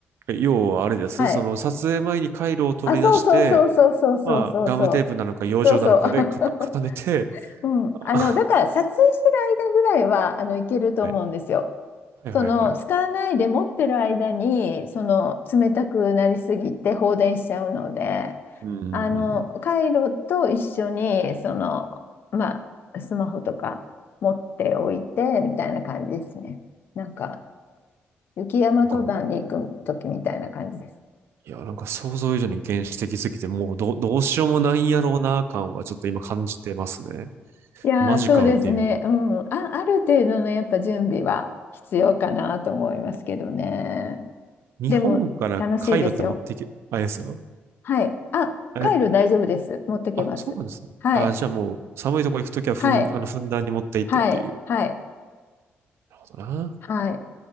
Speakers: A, on the right; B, on the left.
A: 要はあれです。
B: はい。
A: その撮影前に回路を取り出して、
B: あ、そうそうそうそうそうそうそうそう。
A: まあ、ガムテープなのか、
B: <laughs>
A: 養生なのかで固、
B: そうそう。
A: 固めて、
B: <laughs> うん、あの、
A: あ
B: だから撮影してる間ぐらいは、
A: <laughs>
B: あの、いけると思うんですよ。
A: はい、はいはいはい。
B: その、使わないで持ってる間に、その、冷たくなりすぎて放電しちゃうので、
A: うんうんうんうん。
B: あの、カイロと一緒に、その、まあ、スマホとか持っておいて、みたいな感じですね。なんか、雪山登山に行く時みたいな感じです。
A: なんか、いや、なんか想像以上に原始的すぎて、もうど、どうしようもないんやろうな感はちょっと今感じてますね。
B: いやー、
A: マジかっていう。
B: そうですね。うん。あ、ある程度のやっぱ準備は必要かなと思いますけどね。
A: 日本から回路って持っていけ、
B: でも楽しいですよ。
A: あれですか
B: はい。あ、
A: あれ、
B: カイロ大丈夫です。持ってけます。
A: あ、そうなんですね。
B: はい。
A: あ、じゃあもう寒いとこ行くときはふん、
B: はい。
A: あの、ふんだんに持って行ってっていう。
B: はい。はい。
A: なるほどな。
B: はい。